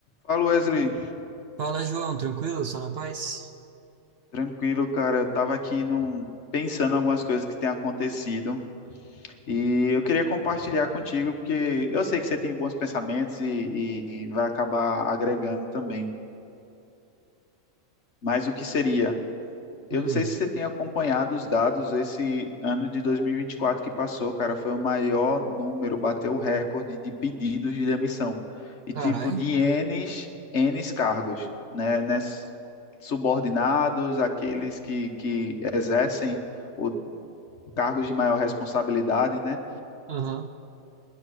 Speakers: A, on the left (about 60°); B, on the right (about 55°).
A: Fala Wesley,
B: Fala, João, tranquilo? Só na paz?
A: tranquilo, cara. Eu tava aqui num, pensando em algumas coisas que têm acontecido e eu queria compartilhar contigo porque eu sei que você tem bons pensamentos e, e vai acabar agregando também. Mas o que seria?
B: Hum,
A: Eu não sei se você tem acompanhado os dados esse ano de 2024 que passou, cara, foi o maior número, bateu o recorde de pedidos de demissão. E
B: carai.
A: tipo, de N, N cargos, né? Nes- Subordinados, aqueles que, que exercem o cargos de maior responsabilidade, né?
B: Aham.